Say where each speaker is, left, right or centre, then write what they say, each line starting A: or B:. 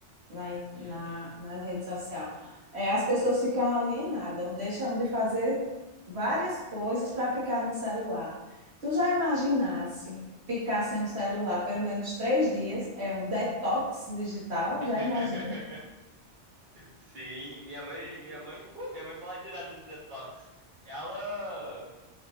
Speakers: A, on the right; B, on the right.
A: na,
B: Uhum,
A: na, na rede social. É, as pessoas ficam alienadas, deixam de fazer várias coisas para ficar no celular. Tu já
B: uhum.
A: imaginasse ficar sem o celular pelo menos três dias? É um detox digital?
B: <laughs>
A: Já imaginou?
B: Sim, minha mãe, minha mãe, pô, minha mãe fala direto desse detox. Ela,